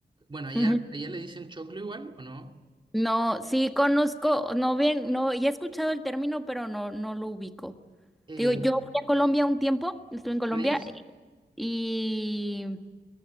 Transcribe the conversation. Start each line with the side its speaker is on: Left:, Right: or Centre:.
Right: Bueno, allá,
Centre: Ujú.
Right: allá le dicen choclo igual, ¿o no?
Centre: No, sí conozco, no bien, no, ya he escuchado el término, pero no, no lo ubico.
Right: Eh,
Centre: Te Digo, yo fui a Colombia un tiempo, estuve en Colombia
Right: maíz,
Centre: y,